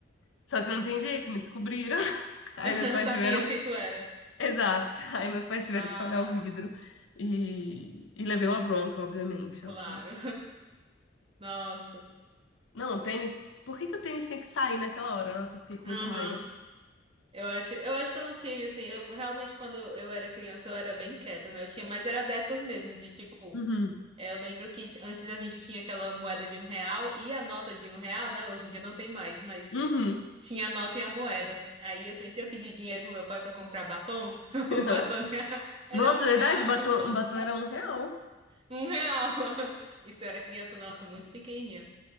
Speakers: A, on the left; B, on the right.
A: Só que não tem jeito, me descobriram. <laughs> Aí
B: <laughs>
A: meus pais
B: Sabia
A: tiveram.
B: quem tu era.
A: Exato. Aí meus pais tiveram
B: Ah,
A: que pagar o vidro. E, e levei uma bronca, obviamente,
B: claro.
A: obviamente.
B: <laughs> Nossa.
A: Não, o tênis. Por que que o tênis tinha que sair naquela hora? Nossa, eu fiquei com
B: Aham.
A: muita raiva.
B: Eu acho, eu acho que eu não tive, assim, eu realmente quando eu era criança eu era bem quieta, né? Eu tinha, mas era dessas mesmo, de tipo.
A: Uhum.
B: É, Eu lembro que antes a gente tinha aquela moeda de um real e a nota de um real, né? Hoje em dia não tem mais, mas
A: Uhum.
B: tinha a nota e a moeda. Aí eu sempre ia pedir dinheiro pro meu pai pra comprar batom. <laughs> O
A: Aham.
B: batom era
A: Nossa,
B: um
A: é verdade,
B: real.
A: batom,
B: <laughs>
A: batom era um real.
B: Um real. Isso eu era criança, nossa,
A: Um real.
B: muito pequenininha.